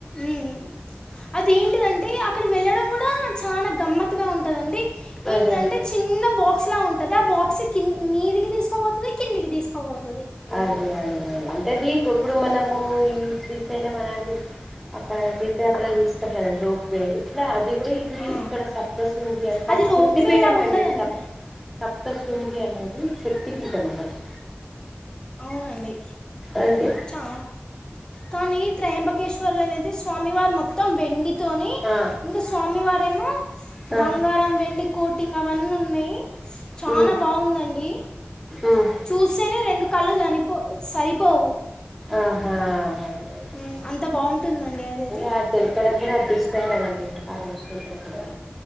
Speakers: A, on the left; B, in the centre.
A: ఉ అది ఏంటిదంటే అక్కడ వెళ్ళడం కూడా చానా గమ్మతుగా ఉంటదండి ఇంక్
B: అదే అదే
A: అంటే చిన్న బాక్స్ లా ఉంటది ఆ బాక్స్ కిం మీదికి తీస్కబోతది కిందికి తీస్కబోతది
B: అదే అదే అదే అంటేదీ కప్పుడు మనము ఈ బెల్లం అలాంటి అక్కడ తీర్థయాత్ర తీసుకొస్తా రండి రోపే ఇట్లా అది కూడా ఈ ది
A: ఆ.
B: ఇక్కడ సప్తశృంగి అని
A: అది రోప్వేలా
B: శక్తి పీఠం
A: ఉండదండి
B: అండి సప్తశృంగి అనేది శక్తి పీఠం ఒకటి
A: హా అండి
B: అది
A: చ కానీ త్రయంబకేశ్వర్లు అనేది స్వామివారు మొత్తం వెండి తోని
B: ఆ
A: ఇంగ స్వామి వారేమో
B: ఆ
A: బంగారం వెండికోటింగ్ అవన్నీ ఉన్నాయి చాన
B: ఉమ్
A: బాగుందండి.
B: ఉమ్
A: చూస్సెనే రెండు కళ్ళు చనిపో సరిపోవు.
B: ఆహా అదే అదే
A: మ్మ్.
B: అదే
A: అంత బాగుంటుందండి అదైతే
B: ఒక దొరకడం కూడా అదృష్టం కదండి ఆ దర్శన్ దొరకడం